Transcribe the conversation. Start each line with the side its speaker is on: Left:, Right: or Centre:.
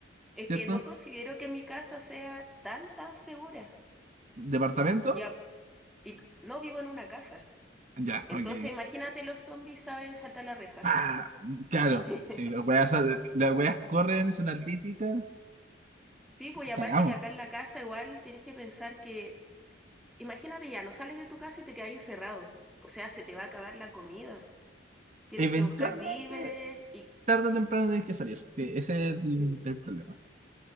Centre: Es
Right: ¿cierto?
Centre: que no considero que mi casa sea tan, tan segura.
Right: ¿Departamento?
Centre: Y, a- y no vivo en una casa.
Right: Ya,
Centre: Entonces
Right: ok.
Centre: imagínate los zombies saben saltar la reja.
Right: Pa, Claro,
Centre: <laughs>
Right: si las weas, las weas corren, son altíticas,
Centre: Sí, pues y
Right: cagamos.
Centre: aparte que acá en la casa igual tienes que pensar que, imagínate ya, no sales de tu casa y te quedas encerrado. O sea, se te va a acabar la comida. Tienes
Right: Eventualmente,
Centre: que buscar víveres y...
Right: tarde
Centre: Sí,
Right: o temprano
Centre: pues.
Right: tienes que salir. Sí, ese es el,
Centre: Mm.
Right: el problema.